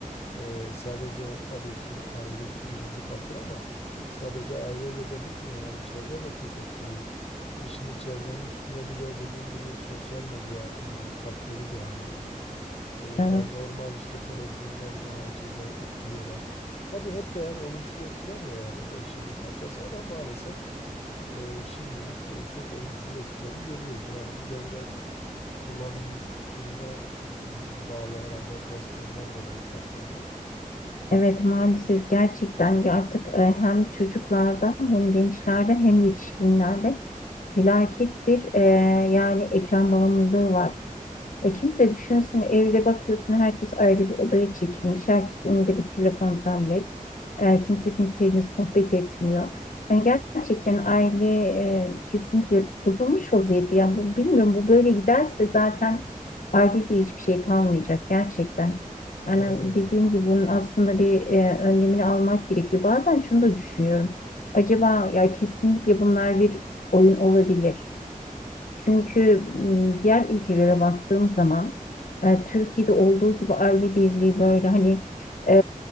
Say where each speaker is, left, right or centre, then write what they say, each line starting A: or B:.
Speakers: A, on the left; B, on the left.
A: ee, sadece tabii ki aile birinci faktör ama sadece aileyle de bitmiyor. Yani çevre de çok etkili. E şimdi çevrenin üstüne bir de dediğin gibi sosyal medya e, faktörü geldi. E, yani
B: Evet.
A: normal işte televizyonlar yine herkese etkiliyorlar. Tabii hep de yani olumsuz etkilemiyor yani o da işin bir parçası ama maalesef e, şimdilik e, çok olumsuz etkilerini görüyoruz. Yani bu da biraz kullanım türüne e, bağlı herhalde biraz ondan dolayı fark ediyor.
B: Evet maalesef gerçekten ya artık e, hem çocuklarda hem gençlerde hem yetişkinlerde felaket bir e, yani ekran bağımlılığı var. E kimse düşünsün evde bakıyorsun herkes ayrı bir odaya çekilmiş. Herkesin elinde bir telefon, tablet. E, kimse kimseyle sohbet etmiyor. Yani gerçekten aile e, kesinlikle bozulmuş vaziyette. Yani bu, bilmiyorum bu böyle giderse zaten ailede hiçbir şey kalmayacak gerçekten. Yani
A: Aynen.
B: dediğim gibi bunun aslında bir e, önlemini almak gerekiyor. Bazen şunu da düşünüyorum. Acaba ya kesinlikle bunlar bir oyun olabilir. Çünkü m, diğer ülkelere baktığım zaman e, Türkiye'de olduğu gibi aile birliği böyle hani e,